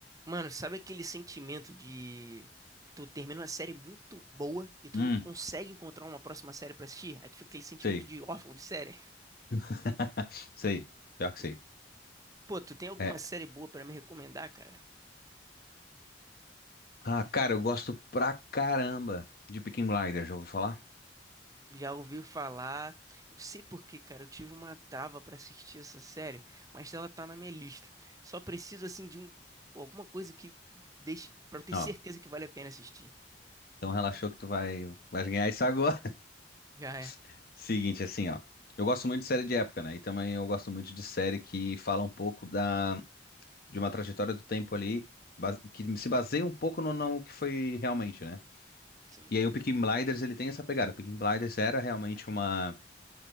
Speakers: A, on the right; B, on the left.
A: Mano, sabe aquele sentimento de tu termina uma série muito boa e tu
B: Hum,
A: não consegue encontrar uma próxima série pra assistir? Aí tu fica aquele sentimento
B: sei.
A: de órfão de série.
B: <laughs> Sei. Pior que
A: E,
B: sei.
A: Pô, tu tem alguma
B: É.
A: série boa pra me recomendar, cara?
B: Ah, cara, eu gosto pra caramba de Peaky Blinders, já ouviu falar?
A: Já ouvi falar. Eu sei por quê, cara. Eu tive uma trava pra assistir essa série, mas ela tá na minha lista. Só preciso assim de um, pô, alguma coisa que deixe pra eu ter
B: Ó,
A: certeza que vale a pena assistir.
B: então relaxou que tu vai, vai ganhar isso agora.
A: Já é.
B: <laughs> Seguinte, assim, ó. Eu gosto muito de série de época, né? E também eu gosto muito de série que fala um pouco da, de uma trajetória do tempo ali, base- que se baseia um pouco no, no que foi realmente, né?
A: Sim.
B: E aí o Peaky Blinders, ele tem essa pegada. O Peaky Blinders era realmente uma,